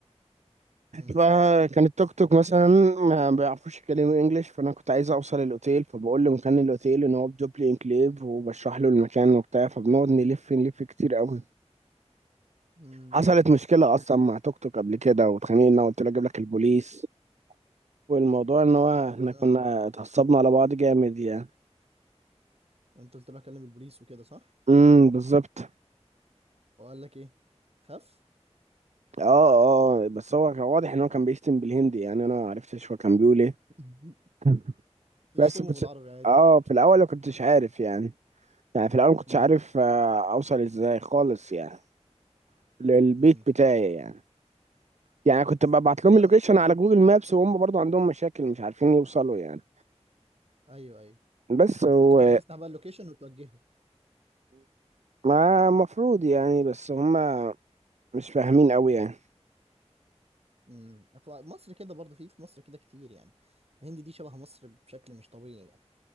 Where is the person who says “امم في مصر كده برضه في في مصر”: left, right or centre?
Right